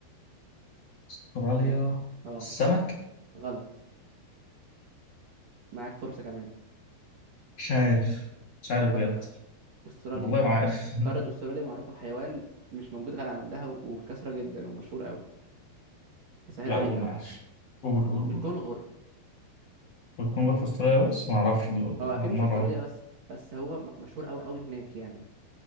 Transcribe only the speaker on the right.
اه آه،
غلط معاك فرصه كمان
فكر
استراليا
قارة استراليا معروفة بحيوان مش موجود غير عندها و- وبكثرة جدا ومشهور قوي
بسهل
عليك
اهو
الكونغر
هو اكيد مش
في استراليا بس بس هو م- مشهور قوي قوي هناك يعني